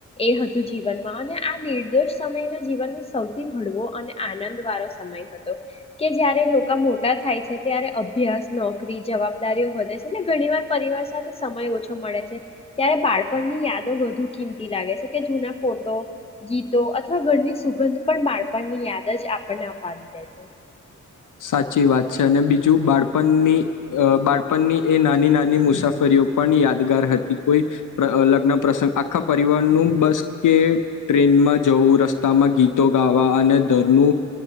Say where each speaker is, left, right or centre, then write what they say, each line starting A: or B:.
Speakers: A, on the left (about 20°); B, on the left (about 70°).
A: એ હતું જીવનમાં અને આ નિર્દોષ સમયના જીવનમાં સૌ થી હળવો અને આનંદ વારો સમય હતો કે જયારે લોકા મો થાય છે ત્યારે અભ્યાસ નોકરી જવાબદારીઓ વધે છે ને ઘણી વાર પરિવાર સાથે સમય ઓછો મળે છે ત્યારે બાળપણની યાદો વધુ કિંમતી લાગે છે કે જૂના ફોટો ગીતો અથવા ઘરની સુગંધ પણ બાળપણ ની યાદ જ આપણને અપાવી દે છે.
B: સાચી વાત છે, અને બીજું બાળપણની બાળપણની એ નાની નાની મુસાફરીઓ પણ યાદગાર હતી કોઈ લગ્ન પ્રસંગ આખા પરિવારનું બસ કે ટ્રેનમાં જવું રસ્તામાં ગીતો ગાવા અને ધરનું